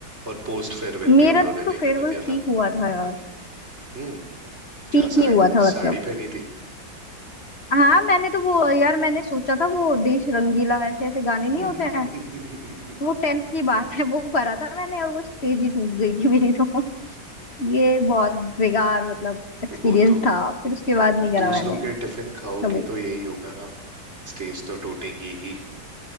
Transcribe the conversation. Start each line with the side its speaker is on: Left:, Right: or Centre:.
Right: और पोस्ट फेयरवेल
Left: मेरा
Right: भी उन्होंने नहीं
Left: तो
Right: करने
Left: फेयरवेल
Right: दिया
Left: ठीक
Right: था
Left: हुआ था यार
Right: हम्म क्या
Left: ठीक
Right: साड़ी
Left: ही हुआ था
Right: साड़ी
Left: मतलब
Right: पहनी थी
Left: हाँ मैंने तो वो यार मैंने सोचा था वो देश रंगीला ऐसे ऐसे गाने नहीं
Right: <laughs>
Left: होते हैं वो टेंथ की बात है वो करा था मैंने और वो स्टेज ही टूट गई थी मेरी तो ये बहुत बेकार मतलब एक्सपीरियंस
Right: वो तो
Left: था फिर उसके बाद नहीं करा
Right: दूसरों
Left: मैंने
Right: के टिफिन खाओगी
Left: कभी
Right: तो यही होगा ना स्टेज तो टूटेंगी ही